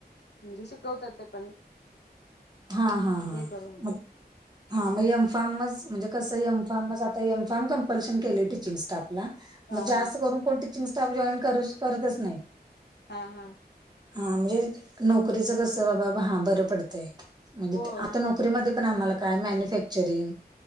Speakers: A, on the left (about 80°); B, on the right (about 25°).
A: म्हणजे शिकवतात. ते पण.
B: हां हां हां
A: हे करून
B: मग हा मग एम फार्म मच म्हणजे कसं एम फार्मच आता एम फार्म कंपल्शन केले टीचिंग स्टाफला.
A: हा
B: मग जास्त
A: हा
B: करून कोण टीचिंग स्टाफ जॉईन कर करतच नाहीत.
A: हां हां..
B: हां, म्हणजे नोकरीच कस बाबा हां बरं पडतंय, म्हणजे
A: हो
B: आता नोक रीमध्ये पण आम्हाला काय मॅन्युफॅक्चरिंग